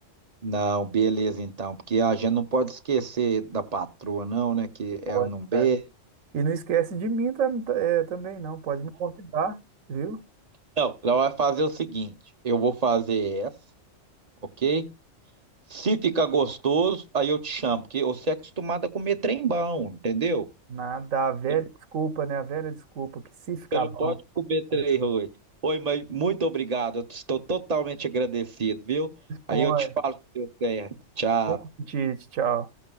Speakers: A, on the right (about 35°); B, on the right (about 85°).
A: Não, beleza então, porque a gente não pode esquecer da patroa, não, né? Que ela
B: Ótimo.
A: não bebe.
B: E não esquece de mim tam- ta- é, também, não. Pode me convidar, viu?
A: Não, ela vai fazer o seguinte: eu vou fazer essa, ok? Se ficar gostoso, aí eu te chamo, porque você é acostumado a comer trem bom, entendeu?
B: Nada, a velha
A: Você não
B: desculpa, né? A velha desculpa que se ficar
A: você não
B: bom,
A: pode comer
B: né?
A: trem ruim. Oi, mas muito obrigado, eu estou totalmente agradecido, viu?
B: expõe.
A: Aí eu te falo se deu certo. Tchau.
B: Bom apetite, tchau.